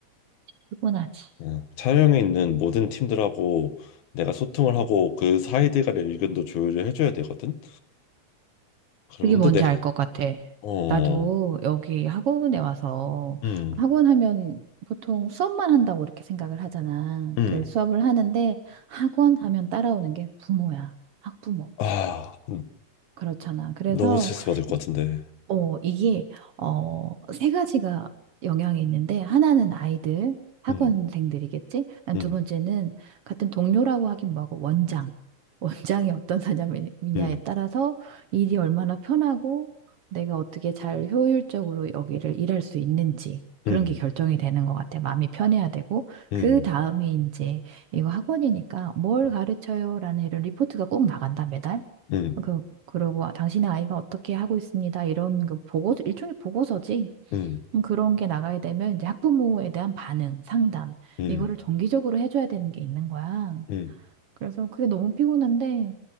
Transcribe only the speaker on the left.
어, 촬영에 있는 모든 팀들하고 내가 소통을 하고 그 사이들 간의 의견도 조율을 해줘야 되거든. 그러면
근데 내가
어,
음,
음,
아.
너무 스트레스 받을 것 같은데.
음,
음,
음,
음,
음,
음,
음,
음, 음,
음,
음,